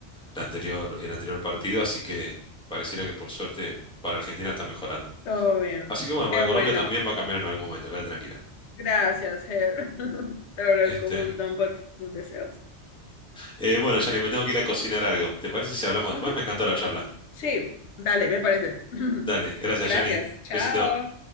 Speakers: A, in the centre; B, on the left.
A: el anterior, el anterior partido, así que pareciera que por suerte para Argentina está mejorando.
B: Todo bien.
A: Así que bueno,
B: Qué
A: para Colombia
B: bueno.
A: también va a cambiar en algún momento, quédate tranquila.
B: Gracias, Ger. <laughs> Te lo agradezco
A: Este,
B: un montón por tus deseos.
A: eh, bueno, Yanni, me tengo que ir a cocinar algo. ¿Te parece si hablamos después?
B: Ujú.
A: Me encantó la charla.
B: Sí, dale, me parece. <laughs>
A: Dale, gracias,
B: Gracias.
A: Yanni.
B: Chao.
A: Besito.